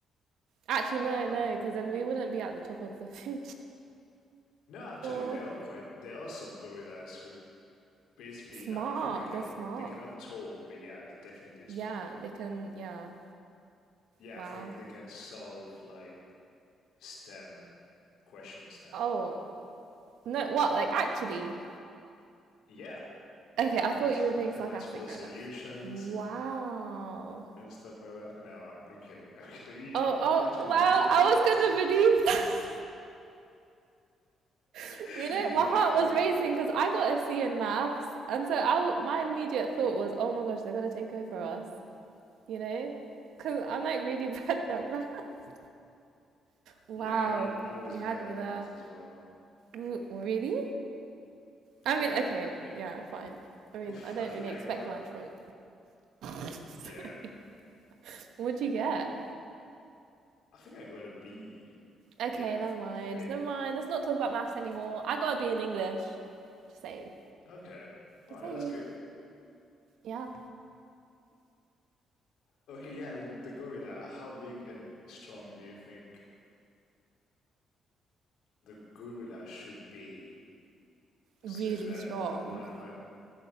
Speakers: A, on the right (about 80°); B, on the left (about 80°).
A: Actually,
B: um
A: no, no, because then we wouldn't be at the top of the <laughs> food chain.
B: no, actually
A: Or-
B: there are quite there are some gorillas who basically,
A: Smart.
B: I, I think they cannot
A: They're smart.
B: they cannot talk, but yeah, they definitely smell.
A: Yeah, they can. Yeah.
B: Yeah,
A: Wow.
B: I think they can solve like STEM questions now.
A: Oh, no, what? Like, actually.
B: Yeah,
A: Okay,
B: like
A: I
B: math
A: thought you were
B: mathematical
A: being sarcastic right
B: solutions
A: now. Wow.
B: and stuff like that. No, I'm I'm kidding. I'm <laughs> kidding. You
A: Oh, oh,
B: you actually believe
A: well, I
B: that?
A: was gonna believe, <laughs>
B: <laughs>
A: you know, my
B: yeah,
A: heart
B: no, I'm
A: was
B: kidding.
A: racing because I got a C in maths, and so I, w- my immediate thought was, oh my gosh, they're gonna take over us, you know, because I'm like really <laughs> bad at math. <laughs> Wow,
B: Yeah, I mean, I was
A: you
B: bad
A: had
B: at
A: me there.
B: math as well.
A: W- Really? I
B: Yeah,
A: mean, okay,
B: yeah.
A: yeah, fine. I mean,
B: If
A: I don't
B: I think
A: really
B: I
A: expect
B: got
A: much from it.
B: yeah,
A: <laughs> What'd you get?
B: I think I got a B.
A: Okay,
B: Yeah,
A: never mind,
B: a B.
A: never mind. Let's not talk about maths anymore. I got a B in English. Just saying.
B: Okay. All
A: Just
B: right,
A: saying.
B: that's good.
A: Yeah.
B: Okay, yeah, the gorilla. How big and strong do you think the gorilla should be so
A: really
B: that
A: strong,
B: the 100